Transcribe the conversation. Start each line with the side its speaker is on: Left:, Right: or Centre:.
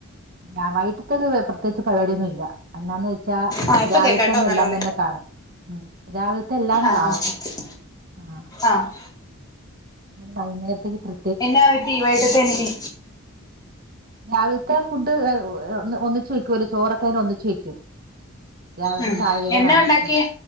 Right: ഞാ വൈട്ട്ത്തെത് ഒര് പ്രത്യേകിച്ച് പരിപാടിയന്നുല്ല. അന്നാന്ന് വെ ച്ച
Left: ആഹ് ഇപ്പൊ
Right: രാവിൽത്തന്നെ
Left: കേക്കാട്ടോ നല്ലോലെ
Right: എല്ലാം തന്നെ കാണും. ഉം. രാവിൽത്തെ എല്ലാം
Left: ആഹ്
Right: കാണും.
Left: ആഹ്
Right: ആഹ്
Left: ആഹ്
Right: വൈന്നേരത്തെക്ക് പ്ര
Left: എന്നാ വറ്റി വൈട്ടത്തേനിനി
Right: രാവിൽത്തെ ഫുഡ് ഏഹ് ന്ന് ഒന്നിച്ചു വയ്ക്കുല്ലൊ. ചോറൊക്കേന് ഒന്നിച്ച് വയ്ക്കും. രാവിൽത്തെ
Left: ഉം
Right: ചായകരി
Left: എന്നാ
Right: കാണും.
Left: ഉണ്ടാക്കിയേ
Right: അതെ